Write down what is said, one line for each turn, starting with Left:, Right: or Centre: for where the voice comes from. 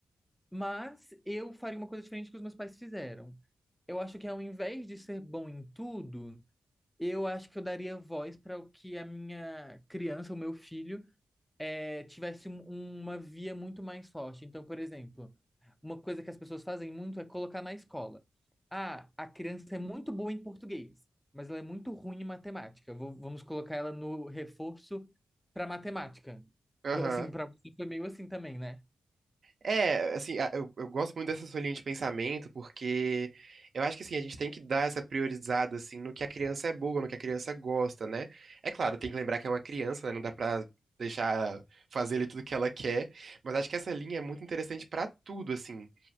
Centre: mas eu faria uma coisa diferente que os meus pais fizeram. Eu acho que ao invés de ser bom em tudo, eu acho que eu daria voz para o que a minha criança, o meu filho é, tivesse um- uma via muito mais forte. Então, por exemplo, uma coisa que as pessoas fazem muito é colocar na escola. Ah, a criança é muito boa em português, mas ela é muito ruim em matemática. Vo- Vamos colocar ela no reforço para matemática.
Right: aham.
Centre: V- Assim, para você foi meio assim também, né?
Right: É, assim, a- eu, eu gosto muito dessa sua linha de pensamento, porque eu acho que, assim, a gente tem que dar essa priorizada, assim, no que a criança é boa, no que a criança gosta, né? É claro, tem que lembrar que é uma criança, né? Não dá pra deixar fazer ele tudo que ela quer, mas acho que essa linha é muito interessante pra tudo, assim.